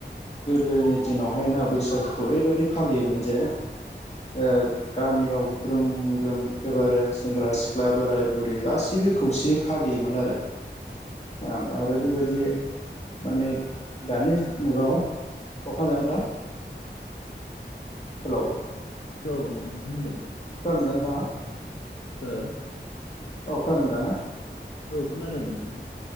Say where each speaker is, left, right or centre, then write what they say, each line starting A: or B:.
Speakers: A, on the left; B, on the left.
A: गोदोनि दिनावहाय ना बैसागुखौ ओरैबायाददि फालियोमोन जे
B: <inaudible>
A: ओ गामियाव ग्रोम ग्रोम एखेबारे सेंग्रा सिख्ला बोराय बुरै गासिबो खौ से फालियोमोन आरो ओम आरो बेबायदि माने दानि मुगायाव अखा जामथ हेल'
B: औ नोंथां खोनादों।
A: खोनादोंना नोंथाङा?
B: हो?
A: औ खोनादों दा ना
B: औ खोनादों नोंथां।